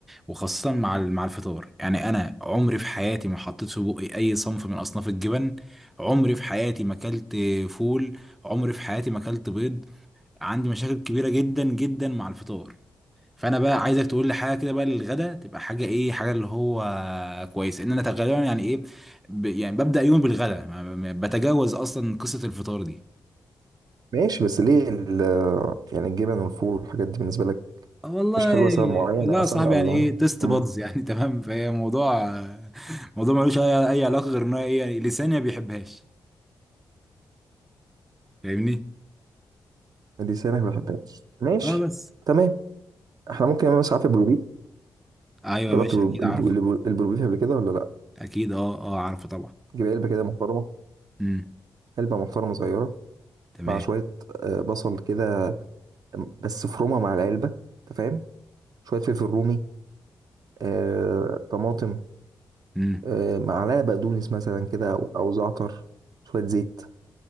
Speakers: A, in the centre; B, on the right.
A: وخاصه مع ال- مع الفطار يعني انا عمري في حياتي ما حطيت في بقي اي صنف من اصناف الجبن عمري في حياتي ما اكلت فول عمري في حياتي ما اكلت بيض عندي مشاكل كبيره جدا جدا مع الفطار فانا بقى عايزك تقول لي حاجه كده بقى للغدا تبقى حاجه ايه حاجه اللي هو كويسه ان انا غالبا يعني ايه ب... يعني ببدا يوم بالغدا ما- ما- بتجاوز اصلا قصه الفطار دي
B: ماشي بس ليه ال- يعني الجبن والفول والحاجات دي بالنسبه لك
A: آه والله
B: مش حلوه سبب معين
A: والله
B: اصلا
A: يا صاحبي
B: الله
A: يعني ايه تيست
B: امم
A: بادز يعني <laughs> تمام فهي موضوع موضوع ملوش اي أي علاقه غير ان هو ايه يعني لساني ما بيحبهاش فاهمني
B: دي سنه ما بحبهاش ماشي
A: اه بس
B: تمام احنا ممكن نعمل مسافه بالبيت
A: ايوه
B: جربت
A: يا باشا
B: الب-
A: اكيد
B: الب-
A: عارفه
B: الب- البروبيف قبل كده ولا لا
A: اكيد اه اه عارفه طبعا
B: جيب علبه كده محترمه
A: امم
B: علبه محترمه صغيره
A: تمام
B: مع شويه آه، بصل كده بس فرومه مع العلبه انت فاهم شويه فلفل رومي آه، طماطم
A: امم
B: آه، معلقه بقدونس مثلا كده او او زعتر شويه زيت